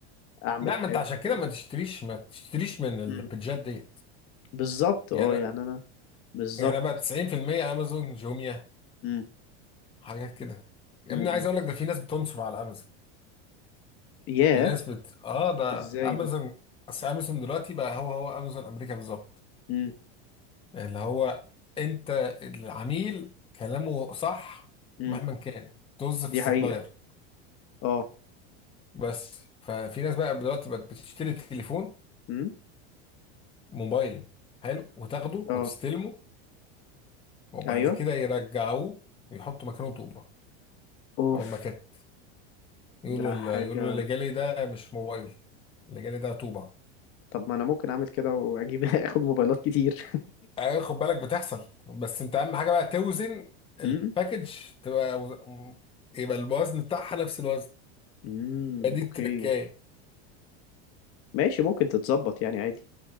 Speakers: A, on the left (about 45°); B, on the left (about 15°).
A: اعمل
B: لا
A: حاجه
B: ما انت عشان كده
A: خالص
B: ما تشتريش ما تشتريش من البيجات
A: امم
B: ديت
A: بالظبط اه
B: يعني
A: يعني انا بالظبط
B: يعني بقى 90% امازون جوميا
A: امم
B: حاجات كده يا
A: امم
B: ابني عايز اقول لك ده في ناس بتنصب على امازون
A: ياه
B: في ناس بت اه ده
A: ازاي
B: امازون
A: ده
B: اصل امازون دلوقتي بقى هو هو امازون امريكا بالظبط
A: امم
B: اللي هو انت العميل كلامه صح
A: امم
B: مهما كان طز
A: دي
B: في السبلاير
A: حقيقه اه
B: بس ففي ناس بقى دلوقتي بقت بتشتري تليفون
A: امم
B: موبايل حلو وتاخده
A: اه
B: وتستلمه وبعد
A: ايوه
B: كده يرجعوه ويحطوا مكانه طوبة
A: اوف
B: او مكان يقولوا
A: ده
B: ال-
A: حاجه
B: يقولوا اللي جالي ده مش موبايل اللي جالي ده طوبة
A: طب ما انا ممكن اعمل كده واجيب <laughs> اخد موبايلات كتير
B: اه، خد بالك بتحصل بس انت اهم حاجة بقى توزن
A: <laughs>
B: الباكج
A: امم
B: تبقى وز- يبقى الوزن بتاعها نفس الوزن
A: امم
B: دي
A: اوكي
B: التركاية
A: ماشي ممكن تتظبط يعني عادي